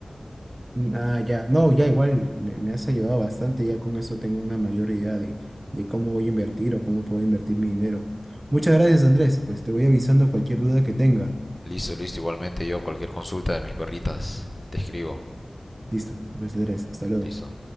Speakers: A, on the right; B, on the left.
A: Ah, ya, no, ya igual me, me has ayudado bastante, ya con eso tengo una mayor idea de, de cómo voy a invertir o cómo puedo invertir mi dinero. Muchas gracias, Andrés, pues te voy avisando cualquier duda que tenga.
B: Listo, listo, igualmente yo cualquier consulta de mis perritas, te escribo.
A: Listo, pues Andrés, hasta luego.
B: Listo.